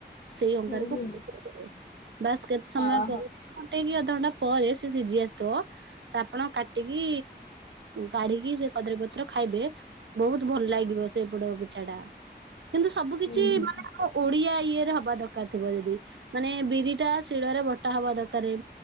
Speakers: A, on the right (about 85°); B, on the left (about 50°).
A: ସେଇ ଅଙ୍ଗାରକୁ
B: ହୁଁ ହୁଁ
A: <unintelligible> ବାସ୍ କେତେ ସମୟ
B: ଓହୋ
A: ପରେ ଘଣ୍ଟେ କି ଅଧଘଣ୍ଟା ପରେ ସେ ସିଝି ଆସିଥିବ ତ ଆପଣ କାଟିକି କାଢିକି ସେ କଦଳୀ ପତ୍ର ଖାଇବେ ବହୁତ ଭଲ ଲାଗିବ ସେ ପୋଡ ପିଠାଟା। କିନ୍ତୁ ସବୁ
B: ହୁଁ
A: କିଛି
B: ହୁଁ।
A: ମାନେ ଓ ଓଡିଆ ଇଏରେ ହବା ଦରକାର ଥିବ ଯଦି ମାନେ ବିରିଟା ଶିଳରେ ବଟା ହବା ଦକାରେ